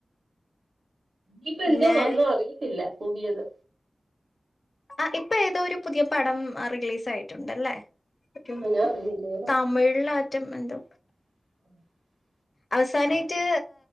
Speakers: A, on the right; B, on the left.
A: യിപ്പ
B: പിന്നെ
A: എന്തോ വന്നോ അറിയയിത്തില്ല പുതിയത്.
B: ആ ഇപ്പൊ ഏതോ ഒരു പുതിയ പടം റിലീസ് ആയട്ടുണ്ടല്ലേ? റ്റു
A: ആന്നോ ഞാൻ അറിഞ്ഞില്ല
B: തമിഴാറ്റം എന്തോ?
A: <unintelligible>
B: അവസാനായിട്ട്